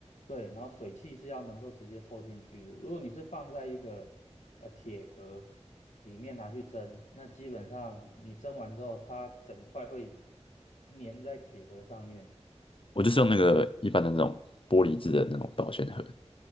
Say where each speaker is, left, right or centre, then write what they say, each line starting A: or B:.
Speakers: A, on the left; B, on the left.
A: 对，然后水汽是要能够直接透进去的。如果你是放在一个呃铁盒里面拿去蒸，那基本上你蒸完之后，它整块会粘在铁盒上面。
B: 我就是用那个一般的那种玻璃制的那种保鲜盒，